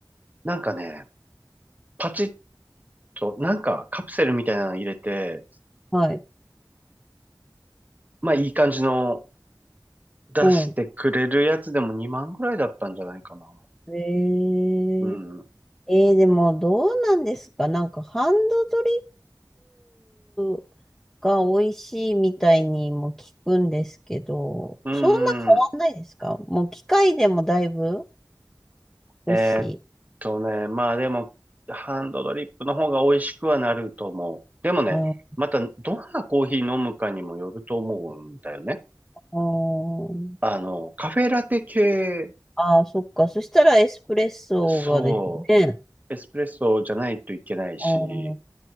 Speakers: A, on the right; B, in the centre.
A: なんかね、パチッと、なんかカプセルみたいなの入れて、
B: はい。
A: まあ、いい感じの出してくれるやつでも2万ぐらいだったんじゃないかな。
B: うん。えー、
A: うん。
B: えー、でもどうなんですかなんかハンドドリップが美味しいみたいにも聞くんですけど、
A: うんうん
B: そんな変わんないですかもう機械でもだいぶ美味しい。
A: えーっとね、まあでも、ハンドドリップの方が美味しくはなると思う。でもね、
B: あー
A: またどんなコーヒー飲むかにもよると思うんだよね。
B: あー、
A: あの、カフェラテ系、
B: あーそっか。そしたらエスプレッソがですね。
A: そう、エスプレッソじゃないといけないし、
B: ああ、そ